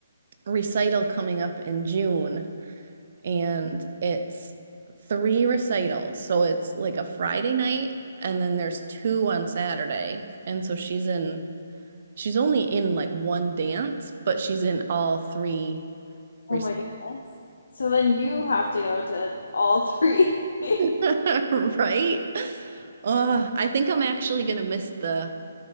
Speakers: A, on the right; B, on the left.
A: recital coming up in June, and it's three recitals. So it's like a Friday night, and then there's two on Saturday. And so she's in she's only in like one dance, but she's in all three recitals.
B: Oh my goodness. So then you have to go to all three. <laughs>
A: <laughs> Right? Uh, I think I'm actually gonna miss the